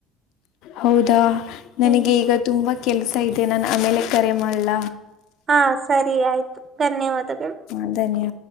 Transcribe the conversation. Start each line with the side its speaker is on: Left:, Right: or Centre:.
Left: ಹೌದಾ ನನಗೆ
Right: ಹ್ಮ್
Left: ಈಗ ತುಂಬಾ. ಕೆಲ್ಸ ಇದೆ ನಾನ್ ಆಮೇಲೆ ಕರೆ ಮಾಡ್ಲ.
Right: ಹಾ ಸರಿ ಆಯ್ತು ಧನ್ಯವಾದಗಳು.
Left: ಹ ಧನ್ಯ.